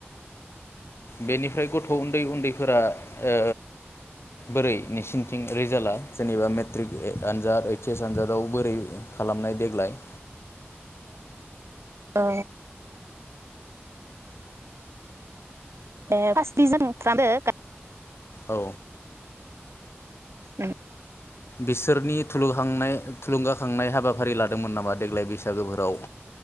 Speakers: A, on the left (about 70°); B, on the right (about 80°).
A: बेनिफ्राय गथ' उन्दै उन्दैफोरा ओ बोरै नोंसिनिथिं रिजाल्टआ जेनेबा मेट्रिक आनजाद ओइच एस आनजादाव बोरै खालामनाय देग्लाय?
B: ओ ए फारस्टिभिसन खालामदो
A: औ
B: उम
A: बिसोरनि थुलुगखांनाय-थुलुंगाखांनाय हाबाफारि लादोंमोन नामा देग्लाय बैसागोफोराव?